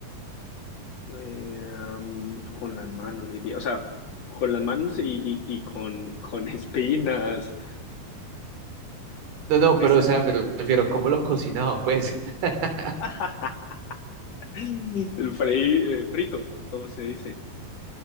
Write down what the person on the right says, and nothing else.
No, no,
pero, o sea, me refiero, ¿cómo lo cocinaban, pues? <laughs>